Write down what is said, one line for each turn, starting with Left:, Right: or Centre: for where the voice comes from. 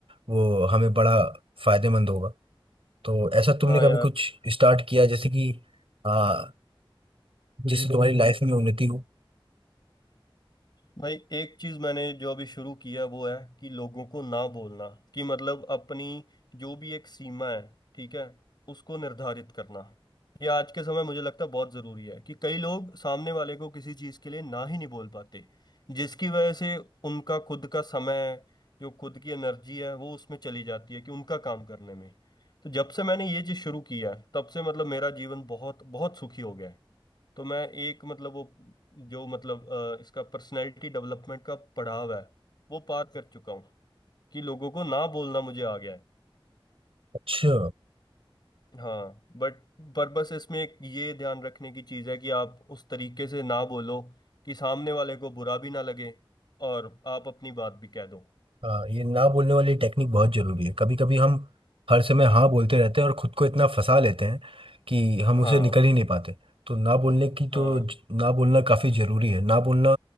Right: वो हमें बड़ा फायदेमंद होगा तो ऐसा तुमने
Left: हाँ
Right: कभी
Left: यार
Right: कुछ स्टार्ट किया जैसे कि आ, जिससे तुम्हारी लाइफ में उन्नति हो
Left: भाई एक चीज मैंने जो अभी शुरू किया वो है कि लोगों को ना बोलना कि मतलब अपनी जो भी एक सीमा है ठीक है उसको निर्धारित करना ये आज के समय मुझे लगता है बहुत जरूरी है कि कई लोग सामने वाले को किसी चीज के लिए ना ही नहीं बोल पाते जिसकी वजह से उनका खुद का समय जो खुद की एनर्जी है वो उसमें चली जाती है कि उनका काम करने में तो जब से मैंने ये चीज शुरू किया है तब से मतलब मेरा जीवन बहुत बहुत सुखी हो गया है तो मैं एक मतलब वो जो मतलब अ, इसका पर्सनैलिटी डेवलपमेंट का पड़ाव है वो पार कर चुका हूँ कि लोगों को ना बोलना मुझे आ गया है
Right: अच्छा
Left: हाँ बट पर बस इसमें एक ये ध्यान रखने की चीज़ है कि आप उस तरीके से ना बोलो कि सामने वाले को बुरा भी ना लगे और आप अपनी बात भी कह दो
Right: आ, ये ना बोलने वाली टेक्निक बहुत जरूरी है कभी कभी हम हर समय हाँ बोलते रहते हैं और खुद को इतना फंसा लेते हैं कि हम
Left: हाँ
Right: उसे निकल ही नहीं पाते तो ना बोलने की
Left: हाँ
Right: तो ज- ना बोलना काफी जरूरी है ना बोलना